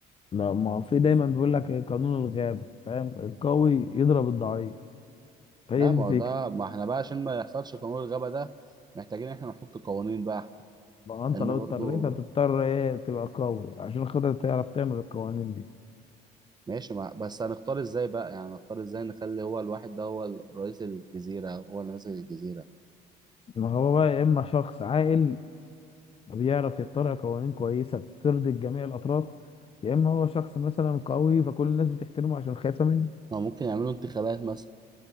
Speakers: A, on the left (about 35°); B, on the right (about 25°).
A: لا ما هو في دايما بيقول لك إيه قانون الغابة فاهم القوي يضرب الضعيف هي
B: لا
A: دي
B: ما
A: الفكرة
B: هو ده ما احنا بقى عشان ما يحصلش قانون الغبا ده محتاجين احنا نحط قوانين بقى
A: ما هو انت
B: ان
A: لو
B: برضو
A: اضطريت هتضطر ايه تبقى قوي عشان خاطر تعرف تعمل القوانين دي
B: ماشي مع... بس هنختار ازاي بقى يعني هنختار ازاي نخلي هو الواحد ده هو رئيس الجزيرة هو اللي ماسك الجزيرة
A: ما هو بقى يا اما شخص عاقل بيعرف يخترع قوانين كويسة ترضي جميع الأطراف يا اما هو شخص مثلا قوي فكل الناس بتحترمه عشان خايفة منه
B: ما ممكن يعملوا انتخابات مثلا